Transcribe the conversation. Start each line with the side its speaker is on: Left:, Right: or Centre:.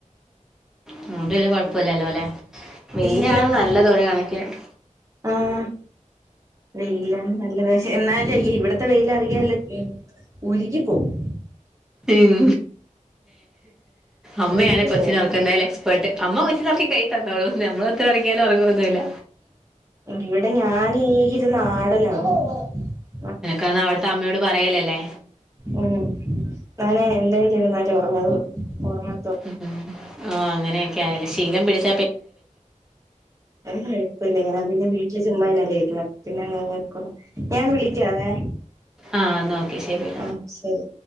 Centre: <unintelligible> കൊഴപ്പല്ലല്ലോ അല്ലെ വെയിലാ
Right: ഇല്ല
Centre: ന നല്ലതോര
Right: അത്
Centre: കണക്കിനന്
Right: ആഹ് വെയിലാണ് നല്ല ഷെ എന്നാല് ഇവിടത്തെ വെയ്‌ല് അറിയാലോ ഉരുകി പോകും
Centre: ഉം അമ്മയാണ്
Right: ഉരുകി
Centre: കൊച്ചി
Right: പോവും
Centre: നറക്കുന്നതിൽ എക്സ്പേർട്ട് അമ്മ കൊച്ചു നറക്കി കഴി തന്നോളും നമ്മളത്ര ഉറക്കിയാലും ഉറങ്ങൊന്നുല്ല
Right: ഇവിടെ ഞാനീ <unintelligible>
Centre: എനക്കാന്ന് അവിടത്തെ അമ്മയോട് പറയലല്ലേ
Right: ഉം ഞാന് എൻ്റെയിലിരുന്നാലെ ഒറങ്ങള്ളു ഒ
Centre: ഉം ഉം ആ അങ്ങനെയൊക്കെ ആയല്ല ശീലം പിടി
Right: അ കുഴപ്പല്ല. ഞാൻ പിന്നെ വീട്ടില് <unintelligible> പി പിന്നെങ്ങനെ നോൽ <unintelligible> ഞാൻ വിളിക്കാവേ?
Centre: ആ എന്നാ ഓക്കെ ശരി
Right: ആഹ് ശരി.